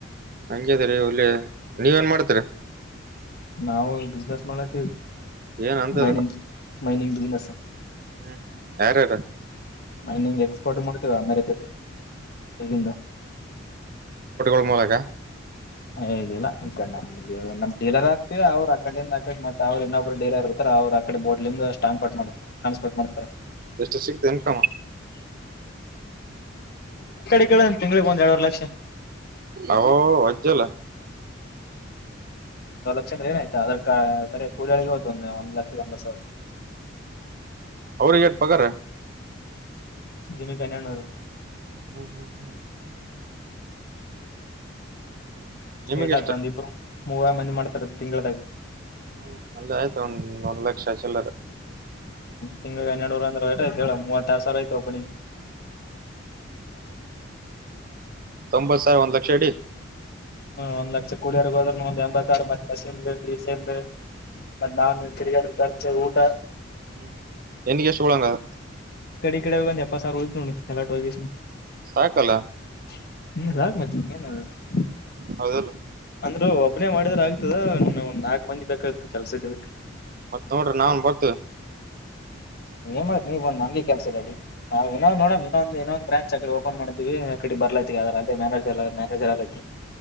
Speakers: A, on the right (about 50°); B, on the left (about 55°).
A: ಹಂಗೆ ದ್ರಿ ರೀ ಒಳ್ಳೆ ನೀವೇನ್ ಮಾಡ್ತೀರಾ.
B: ನಾವು ಬಿಸ್ನೆಸ್ ಮಾಡತೀವಿ.
A: ಏನ್ ಅಂತದ
B: ಮೈನಿಂಗ್ ಮೈನಿಂಗ್ ಬಿಸ್ನೆಸ್ ಹ.
A: ಹ್ಮ್ ಯಾರ್ಯಾರ
B: ಮೈನಿಂಗ್ ಎಕ್ಸ್ಪೋರ್ಟ್ ಮಾಡ್ತವ ಅಮೇರಿಕ್ಕೆ ಇಲ್ಲಿಂದ.
A: <unintelligible> ಬೇಕ
B: ಎ ಇಲ್ಲ <unintelligible> ನಮ್ ಡೀಲರ್ ಹಕ್ತಿವ್ ಅವ್ರು ಅಕಡಿಂದ್ ಅಕಡಿಂದ್ ಮತ್ ಅವ್ರು ಇನ್ನೊಬ್ರು ಡೀಲರ್ ಇರ್ತಾ ಅವರು ಆ ಕಡೆ ಬೋಟ್ಲಿಂದ ಸ್ಟಾನ್ಪೋರ್ಟ್ ಮಾಡ ಸಾನ್ಸ್ಪೋರ್ಟ್ ಮಾಡ್ಸ್ತಾರ.
A: ಎಷ್ಟು ಸಿಗ್ತ ಇನ್ಕಮ್
B: ಈ ಕಡೆ ತಿಂಗಳಿಗೆ ಒಂದ್ ಎರಡುವರೆ ಲಕ್ಷ
A: ಅವೋ ಅಜ್ಜಲ್ಲ.
B: ಕ್ಷ ಏನಾಯ್ತು ಅದರ್ಕ ಬೇರೆ ಕೂಲ್ ಆಳಿಗೆ ಹೋಯ್ತ್ ಒಂದ ಒಂದ್ ಲಕ್ಷ ರ್ ಎಂಬತ್ ಸಾವ್ರ.
A: ಅವ್ರಿಗ್ ಯಾಕ್ ಪಗಾರ
B: <unintelligible>
A: ಹ್ಮ್ ಹ್ಮ್ ಹ್ಮ್ ನಿಮಗೆ
B: ಏಟಾಯ್ತು
A: ಎಷ್ಟು
B: ಒಂದಿಬ್ರು ಮೂವಾರ್ ಮಂದಿ ಮಾಡ್ತಾರ ತಿಂಗಳದಾಗೆ.
A: ಹ್ಮ್ ಅಲ್ಲೇ ಆಯ್ತು ಒಂದ್ ಒಂದ್ ಲಕ್ಷ ಚಿಲ್ಲರೆ.
B: ತಿಂಗ್ಳುಗೆ ಹನ್ನೆಡ್ನೂರ್ ಅಂದ್ರ ಎಟ್ ಆಯ್ತ್ ಹೇಳು ಮೂವತ್ ಆರು ಸಾವಿರ ಆಯ್ತು ಒಬ್ನಿಗೆ.
A: ತೊಂಬತ್ ಸಾವ್ರ ಒಂದ್ ಲಕ್ಷ ಇಡಿ.
B: ಹ್ಮ ಒಂದ್ ಲಕ್ಷ ಕೂಲಿಯರ್ ಹೋದ್ರನು ಒಂದ ಎಂಬತ್ ಸಾವ್ರ ಮತ್ - ಮಷಿನ್ ಬೆಲೆ ಡೀಸೆಲ್ ಬೆಲೆ ಮತ್ತೆ ನಾನು ತಿರಿಗಾಡ ಖರ್ಚ ಊಟ.
A: ಹ್ಮ್ ನಿನಿಗ್ ಎಷ್ಟ್ ಹುಳ್ದಂಗ --
B: ಇಕಡೆ ಅಂದ್ ಎಪ್ಪತ್ ಸಾವ್ರ ಉಳಿತ್ ನೋಡ್ ಎಲ್ಲಾ <unintelligible>
A: ಸಾಕಲ್ಲ
B: ಹ್ಮ್ <unintelligible>
A: ಹೌದಲ್ಲ
B: ಅಂದ್ರು ಒಬ್ನೇ ಮಾಡಿದ್ರ ಆಗ್ತದ ಒಂದ್ ನಾಕ್ ಮಂದಿ. ಬೇಕಾಗಿತ್ತು ಕೆಲ್ಸಕ್ಕೆ.
A: ಮತ್ತ್ ನೋಡ್ರಿ ನಾವನ್ ಬರ್ತವಿ.
B: ಏನ್ ಮಾಡ್ತ್ ನೀವ್ ಬಂದ್ ನಮ್ಗೆ ಕೆಲ್ಸಯಿಲ್ಲ ಇಲ್ಲಿ ನೋಡಣ ಇನ್ನೊಂದ ಇನೊಂದ ಬ್ರ್ಯಾಂಚ್ ಆಕಡೆ ಓಪನ್ ಮಾಡೀವಿ. ಬರ್ಲೈತಿ ಆದ್ರ ಅದೇ ಮ್ಯಾನೇಜರ್ ಮ್ಯಾನೇಜರ್ ಆಲೈತಿ.